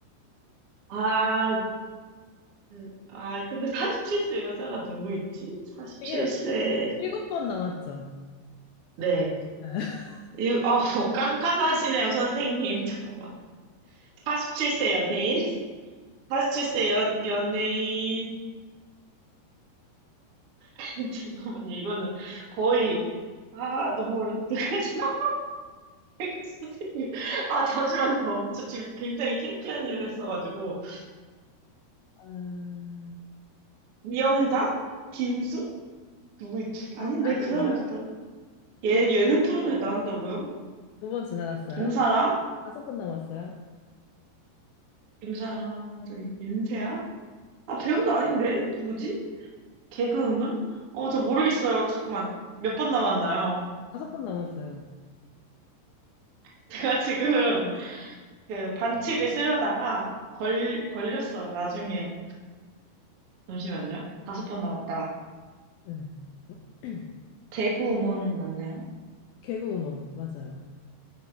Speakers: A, on the right (about 65°); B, on the left (about 80°).
A: 아, 음, 아, 근데 47세 여자가 누구 있지? 47세.
B: 되게, 되게 일곱 번 남았죠.
A: 네.
B: <laughs>
A: 이, 어, <laughs> 깐깐하시네요, 선생님. 잠깐만. 47세 연예인? 47세 연, 연예인. <laughs> 잠깐만요, 이거는 거의, 아, 너무 어려운요 <laughs> 선생님. 아, 잠시만요. 저 지금 굉장히 창피한 일을 했어가지고.
B: 아, 아니에요?
A: 이영자? 김수? 누구 있지? 아닌데
B: 아니에요?
A: 그 사람도 다 예,
B: 두,
A: 예능 프로에 그램 나온다고요?
B: 두 번 지나갔어요?
A: 김사랑?
B: 다섯 번 남았어요?
A: 김사랑 저 윤세아? 아 배우도 아닌데 누구지? 개그우먼? 어 저 모르겠어요. 잠깐만 몇 번 남았나요?
B: 다섯 번 남았어요.
A: <laughs> 제가 지금 그 반칙을 쓰려다가 걸 걸렸어요. 나중에 잠시만요. 다섯 번 남았다.
B: 네. <clears throat>
A: 개그우먼 맞나요?
B: 개그우먼, 맞아요.